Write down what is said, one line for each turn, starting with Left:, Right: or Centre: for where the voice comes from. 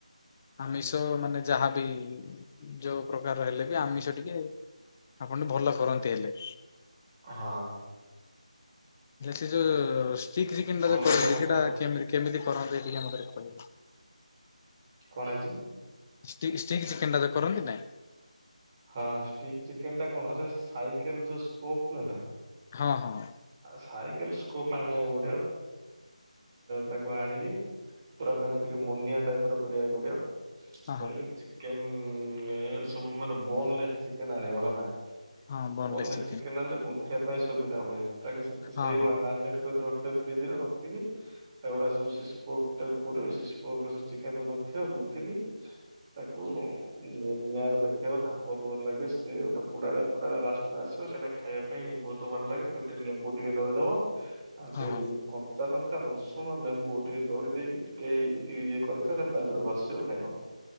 Left: ଆମିଷ ମାନେ ଯାହାବି ଯୋଉ ପ୍ରକାରର ହେଲେ ବି ଆମିଷ ଟିକେ ଆପଣ ଭଲ କରନ୍ତି ହେଲେ।
Right: ହଁ।
Left: ହେଲେ ସେ ଯୋଉ ଷ୍ଟିକ୍ ଚିକେନ୍
Right: ଭଲ
Left: ଟା ଯଉ
Right: ଲାଗେ
Left: କରନ୍ତି
Right: ମତେ
Left: ସେଇଟାତି
Right: ଆଉ।
Left: କେମିତି କରନ୍ତି ଏ ଟିକି ମତେ କହ
Right: କଣ ହେଇଛି?
Left: ଷ୍ଟିକ ଚିକେନ ଟା ଯୋ କରନ୍ତି ନାଇଁ
Right: ହଁ ଷ୍ଟିକ୍ ଚିକେନ ଟା କଣ ସେ ସାଇକେଲ ଯୋଉ ସ୍କୋପ ନ ନା
Left: ହଁ ହଁ। ହଁ
Right: ସାଇକେଲ ସ୍କୋପ ଆଣିବା ଗୋଡିବ ତାକୁ ଆଣିକି ପୁରା ତାକୁ ଟିକେ ମୁନିଆ ଟାଇପ ର କରିବାକୁ ପଡିବ। କରିକି
Left: ହଁ
Right: ଚିକେନ ସବୁ ମାନେ ବୋନ ଚିକେନ ଆଣିବ ହେଲା।
Left: ହଁ
Right: ବୋନଲେସ୍
Left: ଚିକେନ୍
Right: ଚିକେନ ଆଣିଲେ ଗୁନ୍ଥିବା ପାଇଁ ସୁବିଧା ହୁଏ ତାକ
Left: ହଁ
Right: ସେଇଭଳିଆ
Left: ହଁ
Right: ମାରିନେଟ କରି ଫ୍ରିଜ ରେ ରଖିକି ଏଗୁଡା ସବ ସି ପ ଟା ପୁରା <unintelligible> ପକ୍ ଚିକେନ ଥିବ ବୁକି ତାକୁ ନିଆଁରେ ଦେଖେଇବ ଧାପ ଲାଗେ ସେ ଗୋଟେ ପୋଡାଳା ପୋଡାଳ ବାସ୍ନା ଆସିବ। ତ ସେଇଟା ଖାଇବା ପାଇଁ ବହୁତ ଭଲ ଲାଗେ ଟିକେ ଲେମ୍ବୁ ଟିକେ ଦଳିଦବ ଆଉ
Left: ହଁ
Right: ଟିକେ
Left: ହଁ
Right: ଚା ଲଙ୍କା ରସୁଣ ଲେମ୍ବୁ ଟିକେ ଦଳି ଦେଇକି ଟିକେ ଇଏ କରିଥ ଖାଲି ତାପରେ ଘଷିବ ଖାଇବ।